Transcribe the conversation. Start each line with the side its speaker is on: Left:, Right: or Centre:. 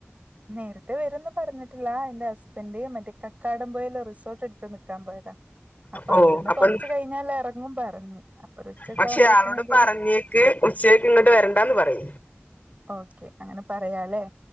Right: നേരത്തെ വരന്ന് പറഞ്ഞിട്ടില്ല എന്റെ ഹസ്ബൻ്റ് മറ്റേ കക്കാടം പോയല്ലോ റിസോർട്ട് എടുത്ത് നിക്കാൻ പോയതാ അപ്പ
Left: ഓ
Right: അവ്ട്ന്ന്
Left: അപ്പം
Right: കൊർച്ച് കഴിഞ്ഞാൽ എറങ്ങുമ്പം എറങ്ങും. അപ്പൊ ഒരു ഉച്ചക്കെ
Left: പക്ഷെ
Right: ആകുമ്പോത്തിന്
Left: ആളോട്
Right: ഏതായാലും
Left: പറഞ്ഞേക്ക് ഉച്ചേക്ക് ഇങ്ങെട്ട് വെര്ണ്ടാന്ന് പറി
Right: ഓക്കെ അങ്ങനെ പറയാലെ